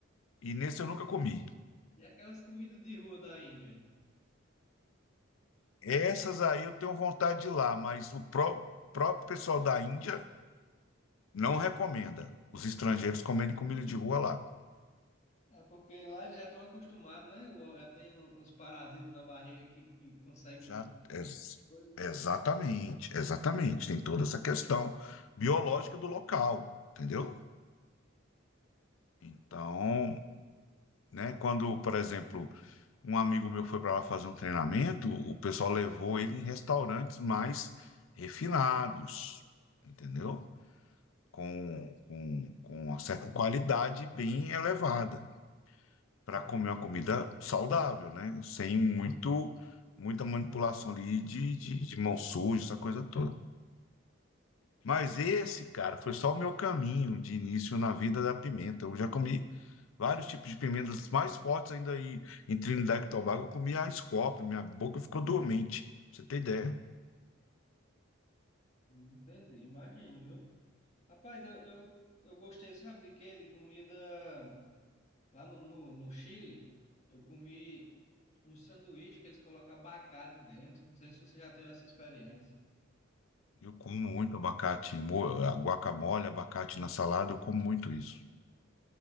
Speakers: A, on the left; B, on the left.
A: E nesse eu nunca comi.
B: e aquelas comidas de rua da Índia.
A: Essas aí eu tenho vontade de ir lá, mas o pró- próprio pessoal da Índia não recomenda os estrangeiros comerem comida de rua lá.
B: É porque lá eles já estão acostumados, né? O- Já tem o- os parasitas na barriga que, que conseguem.
A: Já,
B: com-
A: ex-
B: coisa.
A: exatamente, exatamente. Tem toda essa questão biológica do local, entendeu? Então, né, quando, por exemplo, um amigo meu foi para lá fazer um treinamento, o pessoal levou ele em restaurantes mais refinados, entendeu? Com, com, com uma certa qualidade bem elevada. para comer uma comida saudável, né? Sem muito, muita manipulação ali de, de, de mão suja, essa coisa toda. Mas esse, cara, foi só o meu caminho de início na vida da pimenta. Eu já comi vários tipos de pimentas mais fortes ainda aí. Em Trinidad e Tobago, eu comi a Scoop, minha boca ficou dormente, pra você ter ideia.
B: Entendi, imagino, viu? Rapaz, eu, eu, eu gostei, sabe de quê? De comida lá no, no, no Chile. Eu comi um sanduíche que eles colocam abacate dentro. Não sei se você já teve essa experiência.
A: Eu como muito abacate, mo- guacamole, abacate na salada, eu como muito isso.